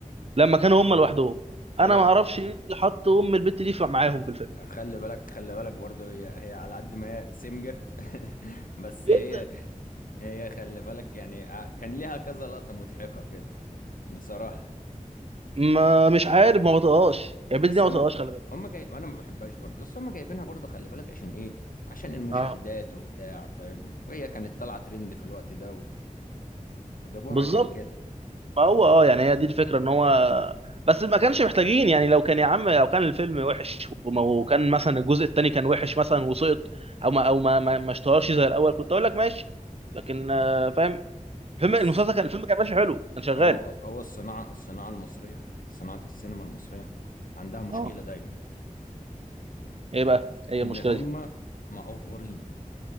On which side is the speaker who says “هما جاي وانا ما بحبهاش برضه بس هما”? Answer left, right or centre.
Left